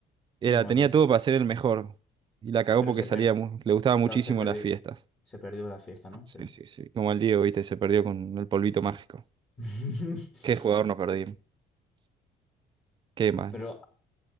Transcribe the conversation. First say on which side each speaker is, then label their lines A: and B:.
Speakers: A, on the right (about 30°); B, on the left (about 20°).
A: Era,
B: Un
A: tenía
B: es.
A: todo para ser el mejor. Y la cagó
B: Pero
A: porque
B: se
A: salía,
B: per...
A: mu- le gustaba muchísimo
B: Claro, se perdió.
A: las fiestas.
B: Se perdió la fiesta, ¿no?
A: Sí,
B: Sí.
A: sí, sí. Como el Diego, viste, se perdió con el polvito mágico.
B: <laughs>
A: Qué jugador nos perdimos. Qué mal.
B: Pero